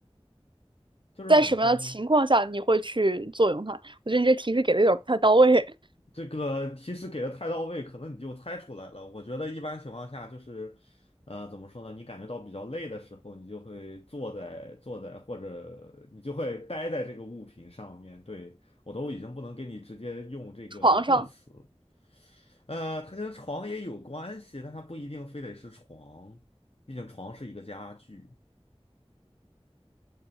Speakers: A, on the left; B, on the right.
A: 就是怎么说呢？
B: 在什么样的情况下你会去作用它？我觉得你这提示给的有点不太到位，
A: 这个提示给的太到位，可能你就猜出来了。我觉得一般情况下就是，呃，怎么说呢？你感觉到比较累的时候，你就会坐在坐在，或者你就会待在这个物品上面。对，我都已经不能给你直接用这个动词了
B: <laughs> 床上，
A: 呃，它跟床也有关系，但它不一定非得是床，毕竟床是一个家具